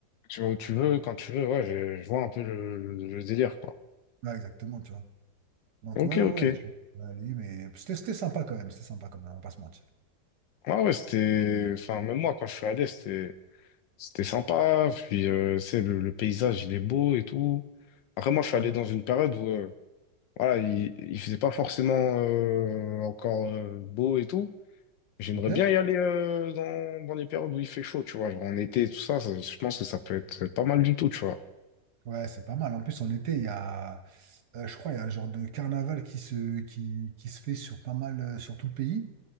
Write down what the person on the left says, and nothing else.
Tu vas où tu veux, quand tu veux, ouais, je, je vois un peu le, le, le délire, quoi.
Ok,
ok.
Ouais, ouais, c'était. Enfin, même moi, quand je suis allé, c'était c'était sympa. Puis, euh, tu sais, le, le paysage, il est beau et tout. Après, moi, je suis
allé dans une période où, euh, voilà, il, il faisait pas forcément euh, encore euh, beau et tout. J'aimerais
bien y aller euh, dans, dans les périodes où il fait chaud, tu vois. Genre en été tout ça, ça, je pense que ça peut être pas mal du tout, tu vois.